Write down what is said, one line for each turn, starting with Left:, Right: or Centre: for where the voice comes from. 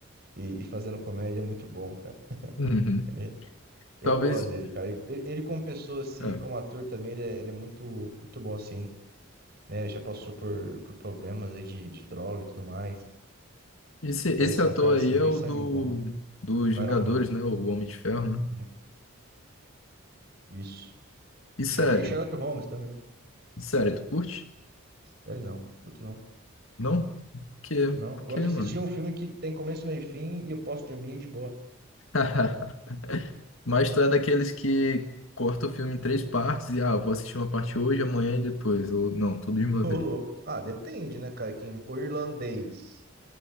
Right: e, e fazendo comédia é muito bom, cara.
Left: Uhum.
Right: Ele- eu
Left: Talvez.
Right: gosto dele, cara. Ele, ele ele como pessoa, assim,
Left: é.
Right: como ator também, ele é, ele é muito, muito bom, assim, né? Já passou por, por problemas aí de, de droga e tudo mais.
Left: Esse,
Right: E parece
Left: esse
Right: ser
Left: ator
Right: um cara, assim,
Left: aí é
Right: bem
Left: o
Right: sangue
Left: do,
Right: bom.
Left: dos
Right: O
Left: Vingadores,
Right: Iron Man,
Left: né? O Homem de Ferro, né?
Right: né? Isso.
Left: E sério,
Right: E Sher- e Sherlock Holmes também, né?
Left: e sério, tu curte?
Right: Sério, não. Curto não.
Left: Não? Por quê?
Right: Não.
Left: Por
Right: Gosto
Left: quê,
Right: de assistir
Left: mano?
Right: um filme que tem começo, meio e fim e eu posso dormir de boa.
Left: <laughs> Mas tu é daqueles que corta o filme em três partes e, ah, vou assistir uma parte hoje, amanhã e depois. Ou não, tudo de uma
Right: <laughs> Ô,
Left: vez.
Right: louco. Ah, depende, né, cara? Que o irlandês,